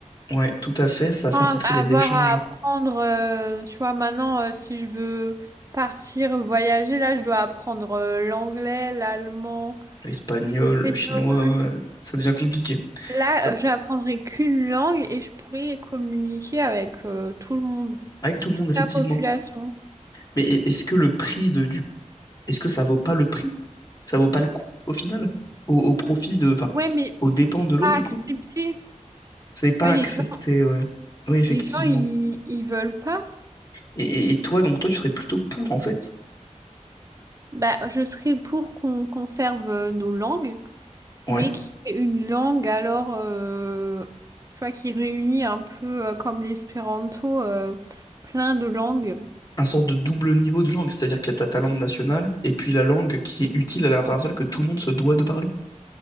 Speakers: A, on the left; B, on the right.
A: Ouais, tout à fait. Ça faciliterait
B: Enfin,
A: les
B: Avoir
A: échanges.
B: à apprendre, euh, tu vois, maintenant, euh, si je veux partir voyager, là, je dois apprendre euh, l'anglais, l'allemand,
A: espagnol,
B: l'espagnol.
A: chinois, ouais, ouais. ça devient compliqué.
B: Là,
A: Ça-
B: j'apprendrai qu'une langue et je pourrai communiquer avec euh, tout le monde,
A: Avec tout le
B: toute
A: monde, effectivement.
B: la population.
A: Mais e- est-ce que le prix de, du... Est-ce que ça vaut pas le prix? Ça vaut pas le coup, au final? Au, au profit de... Enfin,
B: Ouais, mais
A: aux dépens
B: c'est
A: de l'autre,
B: pas
A: du
B: accepté.
A: coup? C'est pas
B: Ouais,
A: accepté,
B: les gens,
A: ouais. Oui, effectivement.
B: les gens, ils, ils veulent pas.
A: Et, et- et toi, donc, toi, tu serais plutôt pour, en fait.
B: Bah, je serais pour qu'on conserve euh, nos langues,
A: Ouais.
B: mais qui est une langue alors, euh, tu vois, qui réunit un peu euh, comme l'espéranto, euh, plein de langues.
A: Un sorte de double niveau de langue, c'est-à-dire qu'il y a ta, ta langue nationale et puis la langue qui est utile à l'international que tout le monde se doit de parler.